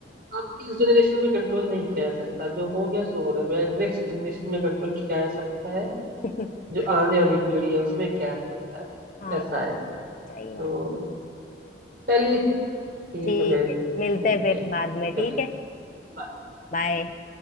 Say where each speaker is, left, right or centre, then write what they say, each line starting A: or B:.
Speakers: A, on the right (about 55°); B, on the left (about 45°).
A: अब इस जनरेशन में कंट्रोल नहीं किया जा सकता जो हो गया सो हो गया नेक्स्ट जनरेशन में कंट्रोल किया जा सकता है
B: <laughs>
A: जो आने वाली पीढ़ी है उसमें किया जा सकता है
B: हाँ
A: ऐसा है
B: सही बात
A: तो चलिए फिर ठीक
B: ठीक
A: है फिर
B: है मिलते
A: मिलते
B: हैं फिर
A: हैं
B: बाद में
A: फिर
B: ठीक
A: कभी
B: है
A: Bye.
B: बाय